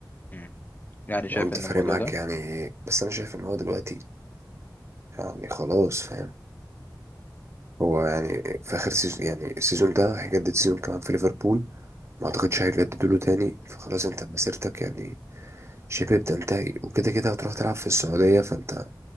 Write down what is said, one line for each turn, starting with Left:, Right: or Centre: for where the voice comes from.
Left: مم. يعني شايف
Right: لو انت
Left: ان
Right: فارق
Left: الموضوع
Right: معاك
Left: ده
Right: يعني بس انا شايف ان هو دلوقتي يعني خلاص فاهم هو يعني في اخر سيزون يعني السيزون ده هيجدد سيزون كمان في ليفربول ما اعتقدش هيجددوا له تاني فخلاص انت مسيرتك يعني شبه بتنتهي وكده كده هتروح تلعب في السعودية فانت